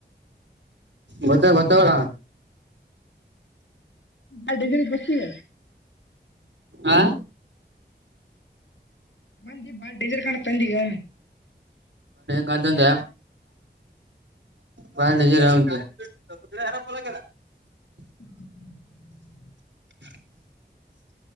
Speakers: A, on the right (about 80°); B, on the left (about 85°).
A: ಗೊತ್ತ ಗೊತ್ತಾಗಳ
B: ಅಡ ಬಸಿಗ
A: ಆ
B: ಬಂದಿ ಬಾಳ ಡೇಂಜರಸ್ ಕಾಣತ್ಂದ ಈಗ
A: ಕಂತಂತ ಬಜರಟ <unintelligible> ುದು್ರ ಹಾರ ಪಲಕಲ್ಲ <inaudible>
B: ಹ್ಮ <unintelligible>
A: <inaudible>